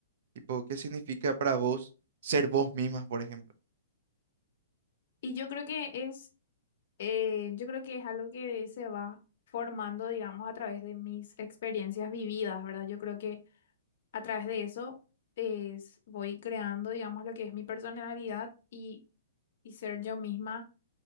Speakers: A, on the right; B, on the left.
A: Tipo, ¿qué significa para vos ser vos misma, por ejemplo?
B: Y yo creo que es Eh, yo creo que es algo que se va formando, digamos, a través de mis experiencias vividas, ¿verdad? Yo creo que a través de eso es, voy creando, digamos, lo que es mi personalidad y, y ser yo misma